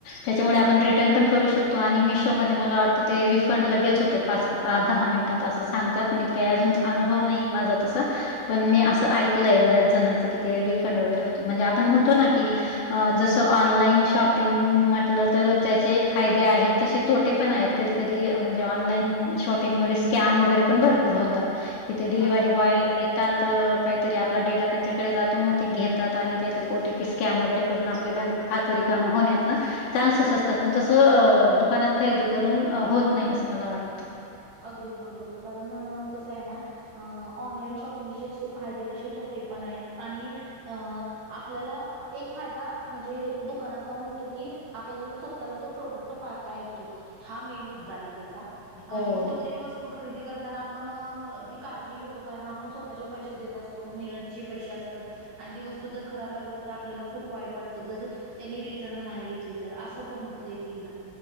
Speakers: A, on the left; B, on the right.
A: त्याच्यामुळे आपण रिटर्न पण करू शकतो आणि मिशोमध्येध्ये मला वाटतं ते रिफंड लगेच होतं. पाच पा दहा मिनिटात असं सांगतात मी काही अजून अनुभव नाहीे माझा तसा. पण मी असं ऐकलंय बऱ्याच जणांचं कि ते रिफंड वगैरे होत म्हणजे आपण म्हणतो ना की जस ऑनलाईन शॉपिंग म्हटलं तर त्याचे फायदे आहेत. तसे तोटे पण आहेत कधी कधी म्हणजे ऑनलाईन. शॉपिंग म स्कॅम वगैरे पण भरपूर होतात तिथे डिव्हरी
B: अगदीच
A: बॉय
B: अगदीच
A: येतात. तर काहीतरी आपला डेटा त्यांच्याकडे जातो मग ते घेतात आणि काहीतरी ओ टीपी स्कॅन वगैरे करून आपल्या बँक. कातरी कामं होण्याचं. चान्सेस असतात पण तसं दुकानात खरेदी करून होत नाही असं मला वाटतं.
B: अगदीच बरोबर कारण कसं आहे ना. अ ऑनलाइन शॉपिंगचे जसे फायदे तसे थोटे पण आहेत आणि अ आपल्याला एक फायदा म्हणजे दुकानात जाऊन होत की आप स्वतःला तो प्रोडक्ट पाहता येतो हा मेन मुद्दा आहे त्याचा
A: हो.
B: आणि कोणत्याही वस्त. तो खरेदी करताना आपण ती काळजी घेतो कारण आपण स्वतःचे पैसे देत असतो मेहनतीचे पैसे असतात. आणि ती वस्तू जर खराब लागली तर आपल्याला खूप वाईट वाटतं जर त्यांनी रिटर्न नाही घेतली तर असं पण होतं एक एकदा